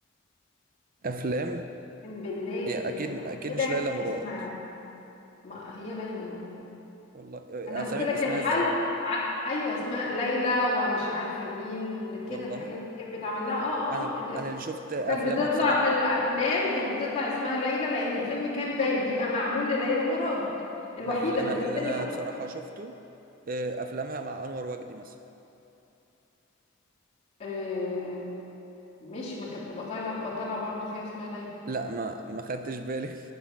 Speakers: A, on the right (about 45°); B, on the left (about 30°).
A: افلام
B: اقسم بالله
A: يا
B: ال-
A: اكيد
B: انا
A: اكيد
B: قلت
A: مش
B: لك
A: ليلى مراد
B: اسمها ما هي ليلى مراد
A: والله
B: انا
A: اسامي
B: قلت لك
A: باسمها
B: الحل
A: ازاي
B: ع... ايوه اسمها ليلى ومش عارفه مين كده
A: والله
B: الحاجات دي كانت بيتعمل لها اه
A: انا
B: اه اه الاسم
A: انا اللي شفت افلامها
B: وكانت بتطلع
A: بصراحة
B: في الافلام كانت بتطلع اسمها ليلى لان الفيلم كان بي- بيبقى معمول لليلى مراد الوحيده
A: لا اللي انا
B: اللي في السينما
A: اللي انا بصراحة شفته آه، افلامها مع انور وجدي مثلا
B: آه مش ما كانت بتبقى طالعه بتطلع برضو فيها اسمها ليلى
A: لا ما ما خدتش بالي